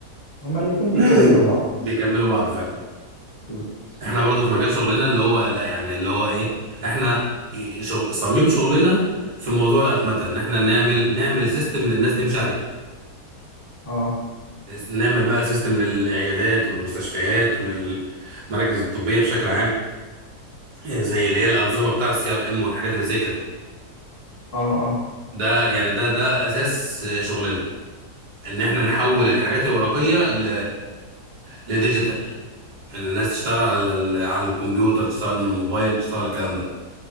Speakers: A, on the left; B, on the right.
A: هما الاتنين بيكملوا
B: <coughs>
A: بعض
B: <clears throat> بيكملوا بعض فعلا
A: بالظبط
B: احنا برضو في مجال شغلنا اللي هو لا يعني اللي هو ايه احنا شغ... صميم شغلنا في موضوع الاتمته ان احنا نعمل نعمل سيستم للناس تمشي عليه
A: اه
B: نعمل بقى سيستم للعيادات والمستشفيات وللمراكز الطبيه بشكل عام آه، زي اللي هي الانظمه بتاع السي ار ام والحاجات اللي زي كده
A: اه اه
B: ده يعني ده ده اساس آه، شغلنا ان احنا نحول الحاجات الورقيه ل لديجيتال ان الناس تشتغل على ال- على الكمبيوتر تشتغل من الموبايل تشتغل على الكلام ده